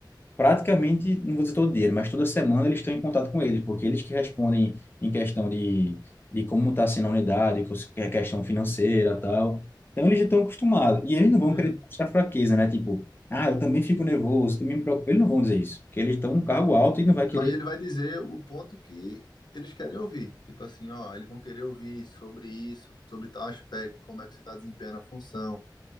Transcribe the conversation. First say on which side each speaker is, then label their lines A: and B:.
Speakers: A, on the left (about 25°); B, on the left (about 65°).
A: praticamente, não vou dizer todo dia, mas toda semana eles estão em contato com eles, porque eles que respondem em questão de, de como está sendo a unidade, co- que é questão financeira tal. Então eles já estão acostumados. E eles não vão
B: uhum.
A: querer mostrar fraqueza, né? Tipo, ah, eu também fico nervoso, também me preocupo. Eles não vão dizer isso, porque eles estão num cargo alto e não vai querer
B: Mas ele vai dizer o ponto que eles querem ouvir, tipo assim, ó, eles vão querer ouvir sobre isso, sobre tal aspecto, como é que você está desempenhando a função,